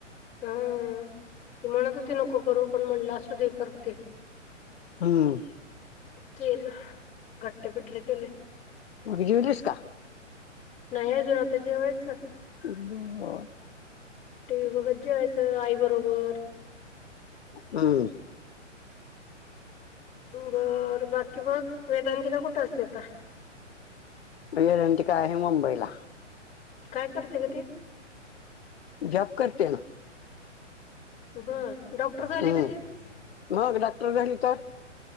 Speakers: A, on the left; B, on the left.
A: हम्म ती म्हणत हुती नको करू पण म्हणलं असू दे करते.
B: हम्म.
A: केल घट्ट पिठलं केलय
B: मग जेवलीस का?
A: नाइ अजून आता जेवायचं.
B: <inaudible>
A: टी व्ही बघत जेवायचं आई बरोबर.
B: हम्म.
A: बर बाकी मग वेदांतीका कुठं असती आता?
B: वेदांतीका आहे मुंबईला
A: काय करते गं ती?
B: जॉब करते ना.
A: बर डॉक्टर झाली
B: हम्म
A: का ती?
B: मग डॉक्टर झाली तर